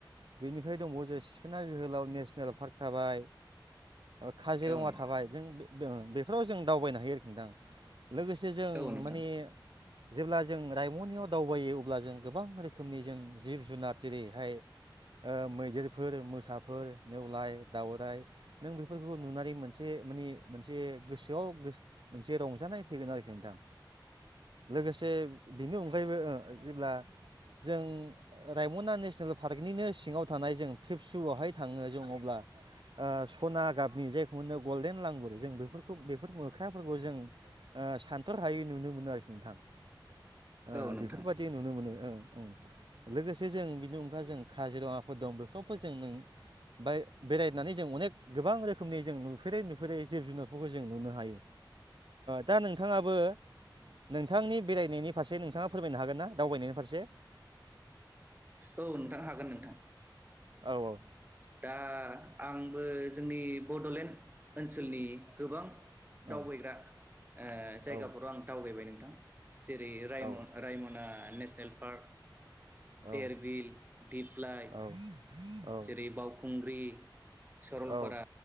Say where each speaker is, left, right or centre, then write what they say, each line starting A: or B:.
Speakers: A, on the right (about 75°); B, on the right (about 25°).
A: बेनिफ्राय दंबावो जो सिखोना जोहोलाव नेसनेल पार्क थाबाय, काजिरङा
B: औ नोंथां
A: थाबाय जों बे बेफोराव जों दावबायनो हायो आरोखि नोंथां, लोगोसे जों
B: औ नोंथां
A: माने जेब्ला जों रायमनायाव दावबायो अब्ला जों गोबां रोखोमनि जों जिब जुनार जेरैहाय मैदेरफोर मोसाफोर नेवलाय दाउराय नों बेफोरखौ नुनानै मोनसे माने मोनसे गोसोआव मोनसे रंजानाय फैगोन आरोखि नोंथां। लोगोसे बेनि अग अगायबो जेब्ला जों <unintelligible> रायमना नेसनेल पार्कनिनो सिङाव थानाय जों पिबसुआवहाय थाङो जों अब्ला सना गाबनि जायखौ होनो गल्डेन लांगुर जों बेफोरखौ बेफोर मोख्राफोरखौ जों सानथर हायै नुनो मोनो आरोखि। नोंथाङा ओ
B: औ नोंथां
A: बेफोरबायाददि नुनो मोनो। औ औ लोगोसे जों बिनि अनगा जों काजिरङाफोर दं बेफोरावबो जों नों बाय बेरायनानै जों अनेक गोबां रोखोमनि जों नुफेरै नुफेरै जिब जुनारफोरखौ जों नुनो हायो, दा नोंथाङाबो नोंथांनि बेरायनायनि फारसे नोंथाङा फोरमायनो हागोन ना दावबायनायनि फारसे
B: औ नोंथां हागोन नोंथां।
A: औ औ
B: दा आंबो जोंनि बड'लेण्ड ओनसोलनि गोबां
A: औ
B: दावबायग्रा ओ जायगाफोराव
A: औ
B: आं दावगायबाय नों दां जेरै राइम
A: औ
B: राइमना नेसनेल पार्क
A: औ
B: टेरबिल दिप्लाइ
A: औ औ
B: जेरै बावखुं ग्रि सरलपारा
A: औ